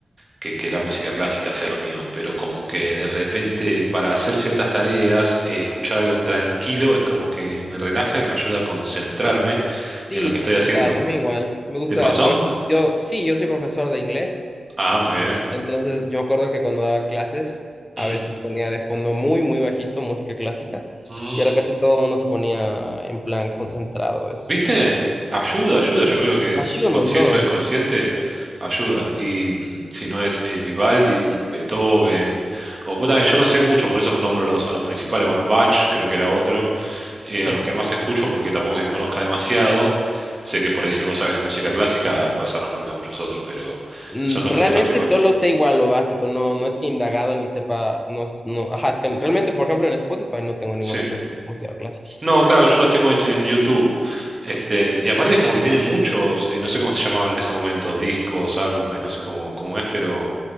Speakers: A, on the right (about 25°); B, on the left (about 15°).
A: que, que la música clásica sea lo mío, pero como que de repente para hacer ciertas tareas, eh, escuchar algo tranquilo es como que me relaja y me ayuda a concentrarme
B: Sí,
A: en lo que estoy haciendo.
B: total, a mí igual. Me gusta,
A: ¿Te pasó?
B: a veces yo, sí, yo soy profesor de inglés,
A: Ah, muy bien.
B: entonces yo me acuerdo que cuando daba clases, a
A: Mm,
B: veces ponía de fondo muy, muy bajito música clásica
A: mm.
B: y de repente todo el mundo se ponía en plan concentrado, es
A: ¿Viste?
B: extraño.
A: Ayuda, ayuda. Yo creo que
B: Ayuda
A: consciente
B: un montón,
A: o inconsciente ayuda. Y mm, si no es eh, Vivaldi, un Beethoven, o vos también, yo no sé mucho, por eso nombro a los, a los principales. Bueno, Bach creo que era otro, eh,
B: sí.
A: a los que más escucho porque tampoco es que conozca demasiado. Sé que por ahí si vos sabes de música clásica vas a nombrarme a muchos otros, pero
B: Mm,
A: son los
B: Realmente
A: que, los que más.
B: solo sé igual lo básico, no, no es que he indagado ni sepa, no, s- no, ajá, es que realmente, por ejemplo, en Spotify no tengo ninguna
A: Sí.
B: canción de música clásica.
A: No, claro, yo los tengo en, en YouTube. Este, y aparte es como que tienen muchos, eh, no sé cómo se llamaban en ese momento, discos, álbumes, no sé cómo, cómo es, pero